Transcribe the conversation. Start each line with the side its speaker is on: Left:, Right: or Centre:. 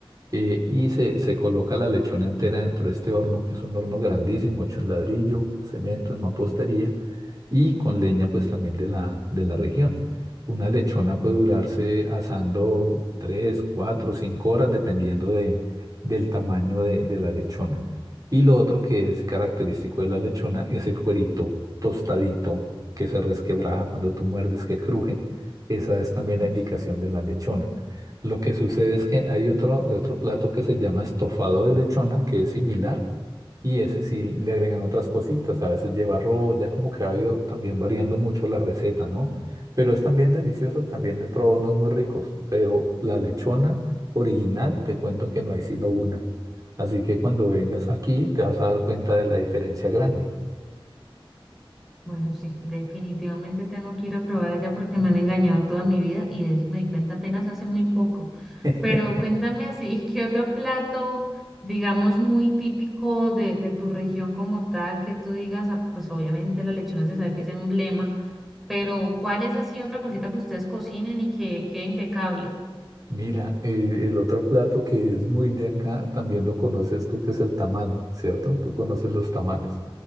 Right: eh, y se, se coloca la lechona entera dentro de este horno, que es un horno grandísimo, hecho en ladrillo, cemento, en mampostería y con leña pues también de la, de la región. Una lechona puede durarse asando 3 4 5 horas dependiendo de, del tamaño de, de la lechona. Y lo otro que es característico de la lechona es el cuerito tostadito que se resquebraja cuando tú muerdes, que cruje. Esa es también
Centre: Uy,
Right: la indicación
Centre: sí.
Right: de la lechona. Lo que sucede es que hay otro, otro plato que se llama estofado de lechona, que es similar, y ese sí le agregan otras cositas, a veces lleva arroz, ya como que ha ido también variando mucho la receta, ¿no? Pero es también delicioso, también he probado unos muy ricos, pero la lechona original, te cuento que no hay sino una. Así que cuando vengas aquí te vas a dar cuenta de la diferencia grande.
Centre: Bueno, sí, definitivamente tengo que ir a probar allá porque me han engañado toda mi vida y de eso me di cuenta apenas hace muy poco.
Right: <laughs>
Centre: Pero cuéntame así, <laughs> ¿qué otro plato, digamos, muy típico de, de tu región como tal, que tú digas, ah, pues obviamente la lechona se sabe que es emblema, pero ¿cuál es así otra cosita que ustedes cocinen y que quede impecable?
Right: Mira, eh, el otro plato que es muy de acá, también lo conoces tú, que es el tamal, ¿cierto? Tú conoces los tamales.